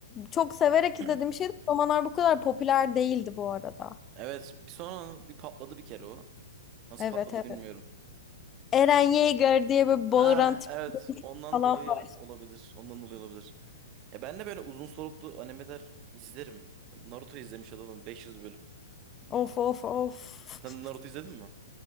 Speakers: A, on the left (about 20°); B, on the right (about 30°).
A: çok severek
B: <clears throat>
A: izlediğim şeydi. Romanlar bu kadar popüler değildi bu arada.
B: Evet, bir sonra bir patladı bir kere o. Nasıl
A: Evet
B: patladı
A: evet.
B: bilmiyorum.
A: Eren Yeager diye böyle bağıran
B: Ha,
A: tip
B: evet. Ondan
A: falan.
B: dolayı
A: var.
B: o- olabilir. Ondan dolayı olabilir. Ya ben de böyle uzun soluklu animeler izlerim. Naruto izlemiş adamım 500 bölüm.
A: Of of of.
B: Sen Naruto izledin mi?